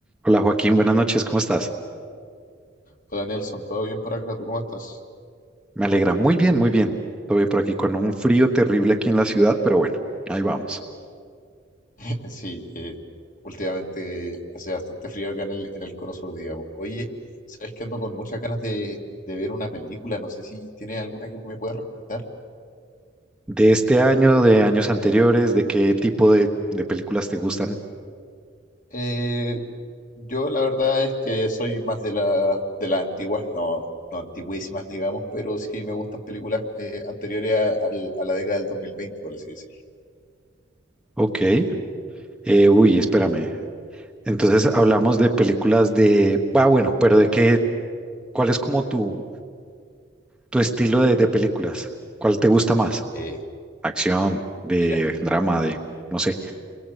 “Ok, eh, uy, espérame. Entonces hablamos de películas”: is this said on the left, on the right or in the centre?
Centre